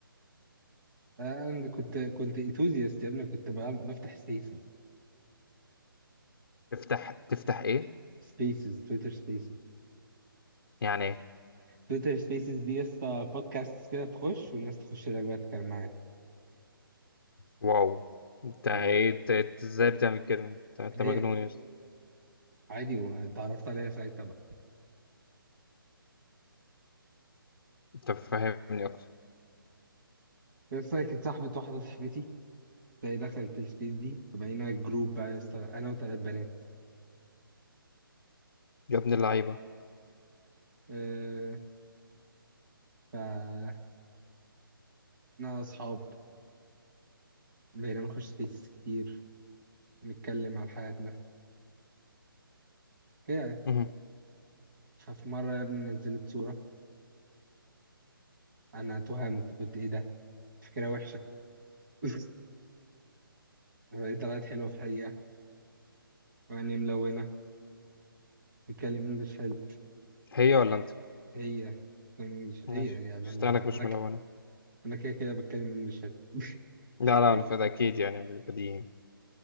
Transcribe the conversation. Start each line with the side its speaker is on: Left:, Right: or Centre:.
Right: انا كنت كنت انثوزياست يا ابني كنت بقى بفتح سبيسز
Left: تفتح تفتح ايه
Right: سبيسز تويتر سبيسز
Left: يعني ايه
Right: تويتر سبيسز دي يا اسطى بودكاست كده بتخش والناس تخش لك بقى تتكلم معاك
Left: واو انت
Right: مم.
Left: ايه إنت ازاي بتعمل كده انت أنت
Right: هي
Left: مجنون يا
Right: عادي واتعرفت عليها ساعتها بقى
Left: طب فهمني اكتر
Right: يا اسطى كانت صاحبة واحدة صاحبتي فهي دخلت السبيس دي فبقينا جروب بقى يا اسطى انا وثلاث بنات
Left: يا ابن اللعيبه
Right: أه فبقينا اصحاب بقينا نخش سبيسز كتير نتكلم عن حياتنا كده يعني
Left: مهم.
Right: ففي مرة يا ابني نزلت صورة أنا اتوهمت قلت إيه ده؟ فكرة وحشة <laughs> لقيت طلعت حلوة في الحقيقة وعيني ملونة بتتكلم إنجلش حلو
Left: هي ولا انت
Right: هي بتتكلم إنجلش هي
Left: ماشي
Right: يعني
Left: استناك
Right: ملونة
Left: مش
Right: أنا ك...
Left: ملونه
Right: أنا كده كده بتكلم إنجلش حلو <laughs> مش
Left: لا
Right: محتاج
Left: لا انا فده اكيد يعني بديهي